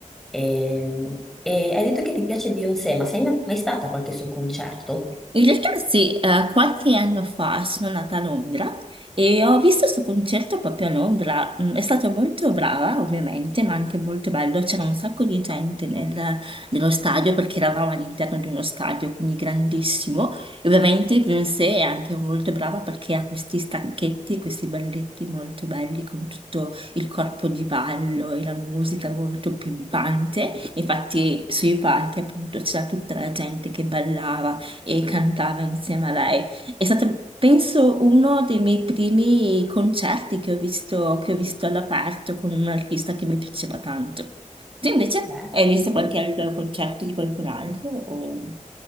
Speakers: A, in the centre; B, on the right.
A: E, e hai detto che ti piace Beyoncé, ma sei mai mai stata a qualche suo concerto?
B: In realtà sì, eh, qualche anno fa sono nata a Londra e ho visto questo concerto proprio a Londra. Mm, È stata molto brava, ovviamente, ma anche molto bello. C'era un sacco di gente nel- nello stadio perché eravamo all'interno di uno stadio, quindi grandissimo. E ovviamente Beyoncé è anche molto brava perché ha questi stacchetti, questi balletti molto belli con tutto il corpo di ballo e la musica molto pimpante. Infatti sui palchi appunto c'era tutta la gente che ballava e cantava insieme a lei. È stato, penso, uno dei miei primi concerti che ho visto, che ho visto all'aperto con un artista che mi piaceva tanto. Tu invece
A: Beh.
B: hai visto qualche altro concerto di qualcun altro? O...